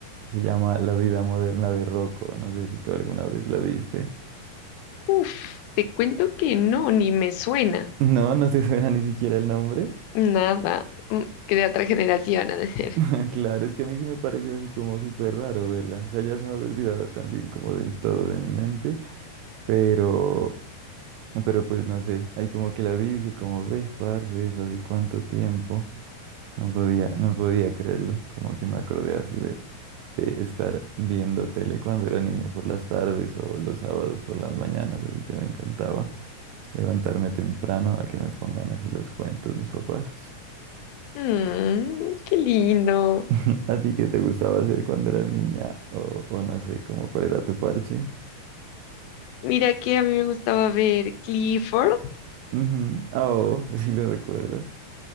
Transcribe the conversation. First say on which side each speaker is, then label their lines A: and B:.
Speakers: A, on the right; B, on the left.
A: Se llama La vida moderna de Rocco. No sé si tú alguna vez la viste. <laughs>
B: uff, te cuento que no, ni me suena.
A: No, no te suena ni siquiera el nombre.
B: Nada. mm, Que de otra generación, <laughs> a decir.
A: <laughs> Claro, es que a mí sí me pareció así como súper raro verla. O sea, ya se me había olvidado también como del todo de mi mente, pero, pero pues no sé, ahí como que la vi y dije como, ves, parce, eso hace cuánto tiempo. No podía, no podía creerlo, como que me acordé así de, de estar viendo tele cuando era niño por las tardes o los sábados por las mañanas, así que me encantaba levantarme temprano a que me pongan así los cuentos mis papás.
B: Mmm, qué lindo.
A: <laughs> ¿A ti qué te gustaba hacer cuando eras niña? O, o no sé, como cuál era tu parche.
B: Mira que a mí me gustaba ver Clifford.
A: Ujú. Ah, Oh, <laughs> sí lo recuerdo.